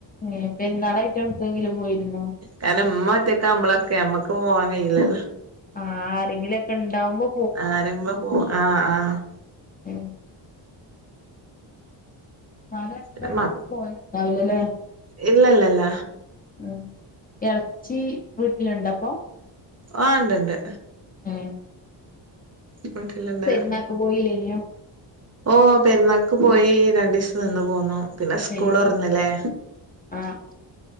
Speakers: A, on the left; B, on the right.
A: ഏഹ് പെര്ന്നാളായ്ട്ട് എടുക്കെങ്കിലും പോയിരുന്നോ?
B: കാരണം മ്മ ഒ റ്റ ക്കാവുക്കാവുമ്പൊളൊക്കെ മ്മക്ക് പോവാം കഴീലല്ലോ.
A: ആഹ് ആരെങ്കിലൊക്കെ ഇണ്ടാവുമ്പോ
B: ആരമ്പോപോ ആഹ് ആഹ്.
A: ഏഹ് നാലട്ടക്കാട്ടി
B: പിന്നെ മ
A: പോയലുണ്ടാവലല്ലേ
B: ഇല്ലല്ലല്ല
A: ഉം എളച്ചി വീട്ടില്ണ്ടൊപ്പ
B: ആഹ് ഇണ്ട്ണ്ട്.
A: ഉം
B: വീട്ടില്ണ്ട്
A: പെര്നാക് പോയില്ലേനൊ?
B: ഓഹ് പെരുന്നാക്ക് പോയി രണ്ടീസം നിന്ന് പോന്നു, പിന്നെ സ്കൂൾ
A: ഏഹ്
B: തൊർന്നില്ലേ.
A: ആഹ്